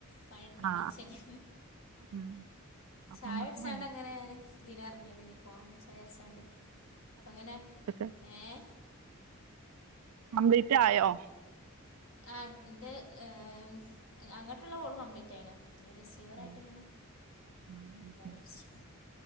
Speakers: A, on the left; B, on the right.
A: പണിയെടുക്കണ്ടാവും
B: ആ
A: ശരിയ
B: ഉം അപ്പൊ
A: ചായുടിച്ചാണ്ട്
B: നമ്മക്ക് പണി
A: അങ്ങനെ ഞാന് ഇതിന് ഇറങ്ങിയത് ഫോൺ വിചാരിച്ചണ്ട് അപ്പം അങ്ങനെ
B: കഴിഞ്ഞോ
A: ഏഹ
B: കംപ്ലീറ്റ് ആയോ?
A: !!!!!!!!!! ജോറായിട്ട്
B: ഉം
A: ഇങ്ങനെ
B: ഉം
A: നിക്കാ
B: ഉം ഉം
A: വിചാരിച്ചി.